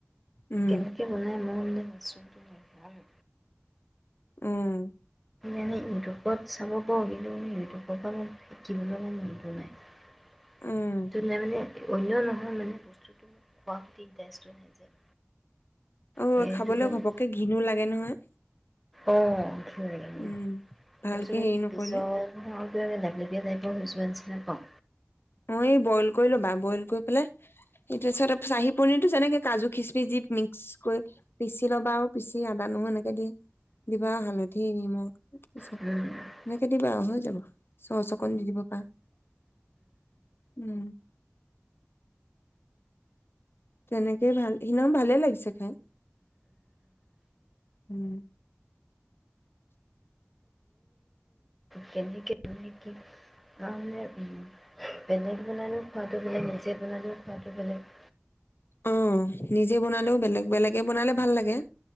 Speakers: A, on the left (about 60°); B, in the centre.
A: উম,
B: কেনেকে বনাই মোৰ বোলে মাছৰুমটো নেখাঁওয়ে।
A: উম।
B: আমি ইউটিউবত চাব পাৰোঁ কিন্ত মানে ইউটিউবৰ পৰা শিকিবলৈ মই মনটো নাই। <unintelligible>
A: উম।
B: অন্য নহয় মানে বস্তুটো মোক খোৱাৰ প্ৰতি ইণ্টাৰেষ্টটো নাই যে।
A: অ'
B: সেইটো
A: খাবলৈও
B: কাৰণে
A: ঘপক্কে ঘিণো লাগে নহয়।
B: অ। <unintelligible>
A: উম ভালকে
B: বস্তুটো এক
A: হেৰি নকৰিলে
B: বিজল নহয় হেটো এনেই লেপলেপীয়া টাইপৰ হৈ যোৱা নিচিনা পাওঁ।
A: অ এই বইল কৰি ল'বা। বইল কৰি পেলে ই তাৰছত চাহী পনীৰটো যেনেকে কাজু খিচ্‌মিচ্‌ দি মিক্স কৰি পিচি ল'বা আৰু পিচি আদা, নহৰু এনেকে দি -দিবা হালধি নিমখ পিছত-
B: তাৰপিছত
A: এনেকে দিবা আৰু হৈ যাব। চচ্‌ অকন দি দিব পাৰা। উম। তেনেকেই ভাল। সিদিনাখন ভালে লাগিছে খাই। উম।
B: কেনেকে <unintelligible> কি মানে বেলেগ বনালোঁ, খোৱাটো বোলে নিজে বনালোঁ। বাকী বেলেগ
A: অ'- নিজে বনালেও বেলেগ বেলেগে বনালে ভাল লাগে!